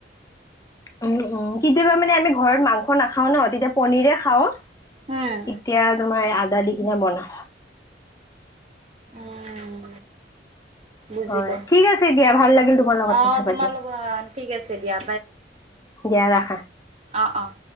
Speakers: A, on the left; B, on the right.
A: উম উম কেতিয়াবা মানে আমি। ঘৰত মাংস নাখাও ন, তেতিয়া পনিৰে খাওঁ। তেতিয়া
B: উম,
A: তোমাৰ আদা কিনে মনা।
B: উম বুজিলো।
A: হয় ঠিক আছে দিয়া ভাল লাগিল তোমাৰ লগত
B: অ'
A: কথা পাতি।
B: তোমালোক অ' ঠিক আছে দিয়া
A: দিয়া ৰাখা।
B: অঁ অঁ।